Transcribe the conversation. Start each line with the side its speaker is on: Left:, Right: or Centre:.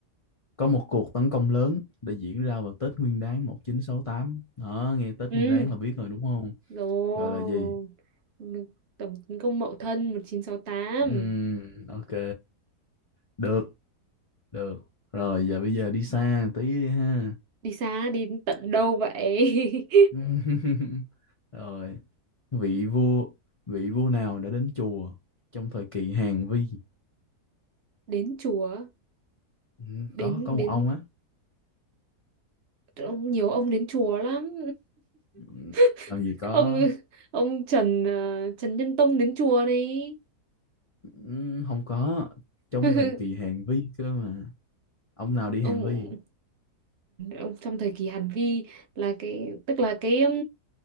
Left: có một cuộc tấn công lớn đã diễn ra vào Tết Nguyên Đán 1968 đó nghe Tết
Right: ừ
Left: Nguyên Đán là biết rồi đúng không
Right: rồi
Left: gọi là gì
Right: Ừ, tổng tấn công Mậu Thân một chín sáu tám
Left: Ừm, ok được được rồi giờ bây giờ đi xa một tí đi ha
Right: đi xa đi đến tận đâu vậy
Left: <laughs> rồi vị vua vị vua nào đã đến chùa trong thời kỳ Hàn Vi
Right: <laughs> đến chùa
Left: ừ,
Right: đến
Left: có có một
Right: đến
Left: ông á
Right: ông nhiều ông đến chùa lắm
Left: Ừ,
Right: <laughs>
Left: làm gì có
Right: ông ông Trần ờ, Trần Nhân Tông đến chùa này
Left: Ừ, không có trong
Right: <laughs>
Left: thời kỳ Hàn Vi cơ mà ông nào đi
Right: ông
Left: Hàn Vi
Right: ông trong thời kỳ Hàn Vi là cái tức là cái um,